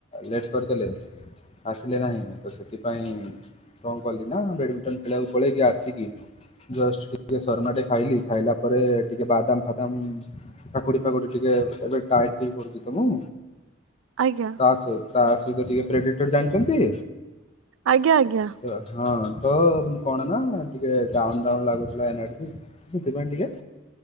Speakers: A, on the left; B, on the right.
A: ଲେଟ୍ କରିଦେଲେ। ଆସିଲେ ନାହିଁ ତ ସେଥିପାଇଁ କଣ କଲି ନା ବ୍ୟାଡମିଣ୍ଟନ ଖେଳିବାକୁ ପଳେଇକି ଆସିକି ଜଷ୍ଟ ଟିକେ ସର୍ମାଟେ ଖାଇଲି ଖାଇଲା ପରେ ଟିକେ ବାଦାମ ଫାଦାମ କାକୁଡି ଫାକୁଡି ଟିକେ ଏବେ ଡାଏଟ ଟିକେ କରୁଚି ତ ମୁଁ।
B: ଆଜ୍ଞା।
A: ଆସେ ତା ସହିତ ଟିକେ ପ୍ରେଡ଼ିକ୍ଟର ଜାଣିଚନ୍ତି।
B: ଆଜ୍ଞା ଆଜ୍ଞା।
A: ତ ହଁ ତ କଣ ନା ଟିକେ ଡାଉନ୍ ଡାଉନ୍ ଲାଗୁଥିଲା <unintelligible> ସେଥିପାଇଁ ଟିକେ